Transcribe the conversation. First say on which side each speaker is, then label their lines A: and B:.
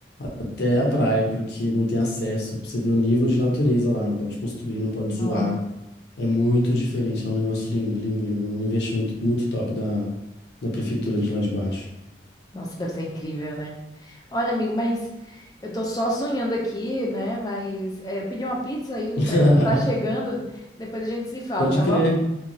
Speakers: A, on the left (about 70°); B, on the left (about 20°).
A: até a praia, porque não tem acesso. Pra você ver o nível de natureza lá, não pode construir, não pode
B: Não.
A: zoar. É muito diferente. Lá é um negócio lindo, lindo, lindo. Um investimento muito top da, da prefeitura de lá de baixo.
B: Nossa, deve ser incrível, né? Olha, amigo, mas eu tô só sonhando aqui, né? Mas é, eu pedi uma pizza e o entregador
A: <laughs>
B: tá chegando. Depois a gente se fala,
A: Pode
B: tá
A: crer.
B: bom?